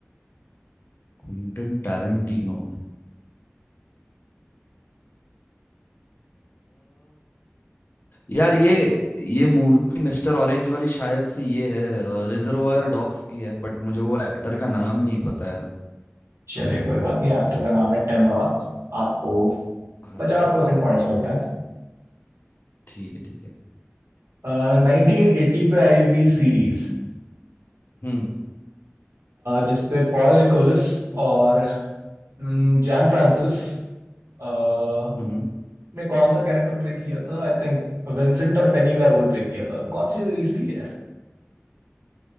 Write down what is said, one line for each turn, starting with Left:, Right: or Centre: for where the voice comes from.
Left: क्विंटन टैरेंटिनो यार ये ये मूवी मिस्टर ऑरेंज वाली शायद से ये है रिजर्वायर डॉग्स की है बट मुझे वो एक्टर का नाम नहीं पता यार
Right: चलिए कोई बात नहीं एक्टर का नाम है टिम रॉथ आपको
Left: हाँ
Right: पचास
Left: ओके
Right: परसेंट पॉइंट्स मिलते
Left: ठीक है ठीक है
Right: हैं नाइनटीन एट्टी पे आई हुई सीरीज
Left: हम्म
Right: जिसपे पॉल निकोलस और हम्म, जैन फ्रांसिस अ,
Left: हम्म हम्म।
Right: ने कौन सा कैरेक्टर प्ले किया था आई थिंक विंसेंट और पेनी का रोल प्ले किया था कौन सी सीरीज थी ये